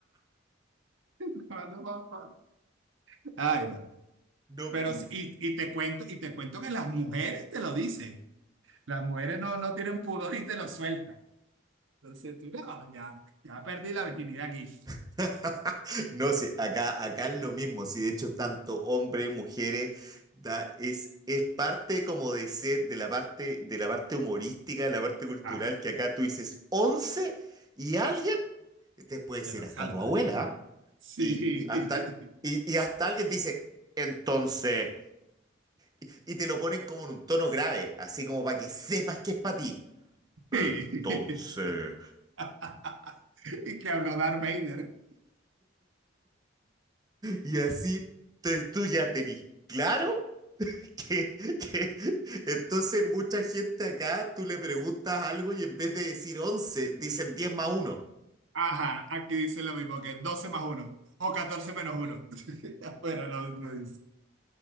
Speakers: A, on the right; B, on the right.
A: <laughs> Más lo mama. Ay, no.
B: No,
A: Pero
B: y...
A: sí, y, y te cuento, y te cuento que las mujeres te lo dicen. Las mujeres no, no tienen pudor y te lo sueltan. Entonces tú, no, ya, ya perdí la virginidad aquí.
B: <laughs> No, sí, acá, acá es lo mismo, sí, de hecho, tanto hombres, mujeres, da, es, es parte como de ser, de la parte, de la parte humorística, de la parte cultural,
A: Ah,
B: que acá tú dices 11 y alguien, te puede ser
A: te lo
B: hasta
A: salta.
B: tu abuela, ¿ah?
A: Sí.
B: y hasta,
A: <laughs>
B: y, y hasta alguien dice, entonces, y, y te lo ponen como en un tono grave, así como para que sepas que es para ti. Entonces,
A: Sí. <laughs> Y que habló Darth Vader.
B: y así te- tú ya tenés claro. que- que- Entonces, mucha gente acá, tú le preguntas algo y en vez de decir 11 dicen 10 más uno
A: Ajá, aquí dice lo mismo que 12 más uno o 14 menos uno. <laughs> Bueno, lo, lo dice.